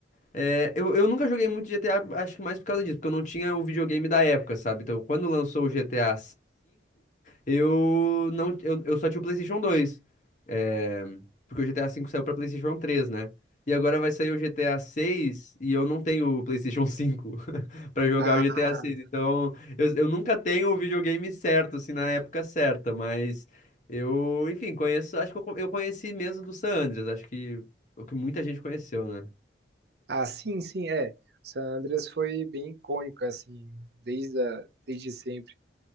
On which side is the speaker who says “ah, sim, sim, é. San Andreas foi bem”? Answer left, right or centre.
Right